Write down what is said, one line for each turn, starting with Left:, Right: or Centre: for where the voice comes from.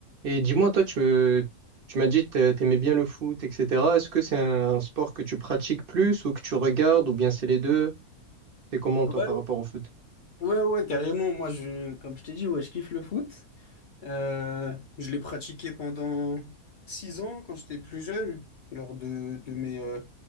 Right: Et dis-moi, toi, tu, tu m'as dit que t'aimais bien le foot, etc. Est-ce que c'est un sport que tu pratiques plus ou que tu regardes ou bien c'est les deux? T'es comment,
Left: Ouais,
Right: toi, par rapport au foot?
Left: ouais, ouais, carrément. Moi, je, comme je t'ai dit, ouais, je kiffe le foot. Euh, je l'ai pratiqué pendant 6 ans quand j'étais plus jeune, lors de, de mes euh,